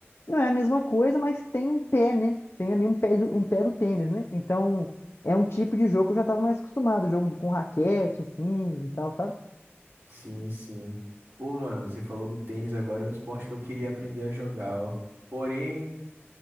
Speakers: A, on the left; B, on the right.
A: Não é a mesma coisa, mas tem um pé, né? Tem ali um pé do, um pé do tênis, né? Então é um tipo de jogo que eu já estava mais acostumado, jogo de- com raquete, assim e tal, sabe?
B: sim, sim. Pô, mano, você falou do tênis agora, é um esporte que eu queria aprender a jogar, ó. Porém,